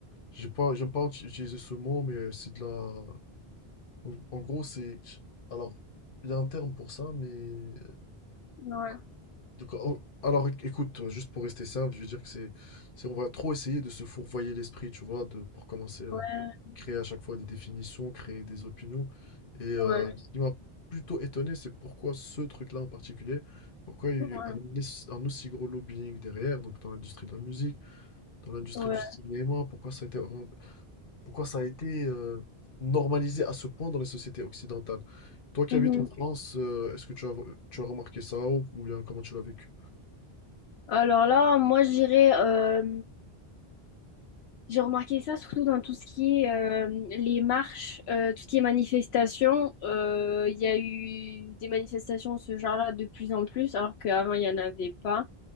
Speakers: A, on the left; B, on the left.
A: J'ai pas, j'aime pas uti- utiliser ce mot, mais c'est de la... En, en gros, c'est. Alors, il y a un terme pour ça, mais. euh,
B: Ouais.
A: de quoi- oh, alors, éc- écoute, euh, juste pour rester simple, je veux dire que c'est. c'est- On va trop essayer de se fourvoyer l'esprit, tu vois, de, pour commencer à
B: Ouais.
A: créer à chaque fois des définitions, créer des opinions. Et euh,
B: Ouais.
A: Ouais. ce qui m'a plutôt étonné, c'est pourquoi ce truc-là en particulier, pourquoi il y
B: Ouais.
A: a eu un, es- un aussi gros lobbying derrière, donc dans l'industrie de la musique, dans l'industrie
B: Ouais.
A: du cinéma, pourquoi ça a été. orienté pourquoi ça a été euh, normalisé à ce point dans les sociétés occidentales? Toi qui
B: Mhm.
A: habites en France, euh, est-ce que tu as, tu as remarqué ça ou, ou bien comment tu l'as vécu?
B: Alors là, moi, je dirais, euh, j'ai remarqué ça surtout dans tout ce qui est euh, les marches, euh, tout ce qui est manifestations. Euh, Il y a eu des manifestations de ce genre-là de plus en plus, alors qu'avant, il n'y en avait pas.